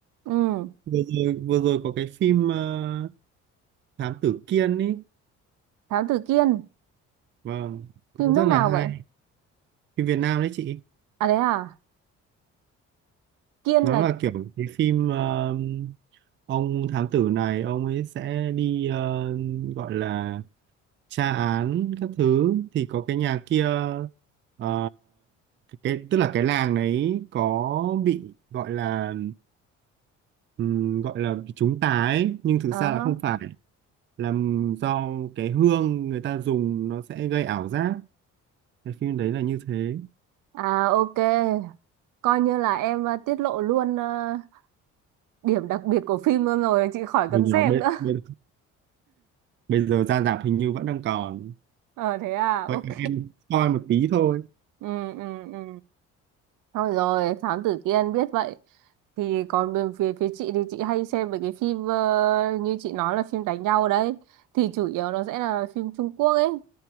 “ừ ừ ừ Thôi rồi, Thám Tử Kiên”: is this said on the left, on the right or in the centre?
Right